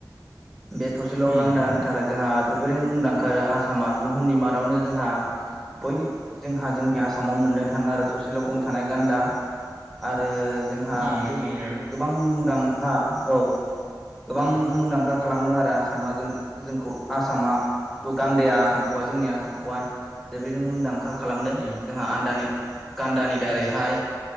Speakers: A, in the centre; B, on the right.
A: बे थसेल'
B: उम
A: गान्दानि थाखाय जोंहा जोबोरैनो मुंदांखा। ओंखारो आसामा बुहुमनि मादावनो जोंहा बयनि जोंहा जोंनि आसामाव मोननो थाङो आरो थसेल' गं थानाय गान्दा आरो आरो जोंहा
B: उम नंगौ नंनाया
A: बिदिनो गोबां मुंदांखा औ गोबां
B: उम
A: मुंदांखा खालामदों आरो आसामा जों जोंखौ आसामा गान्दाया आसामखौहाय जोंनि आसामखौहाय जोबोरैनो मुंदांखा खालामदों
B: उम
A: जोंहा आदानि गान्दानि
B: उम
A: दारैहाय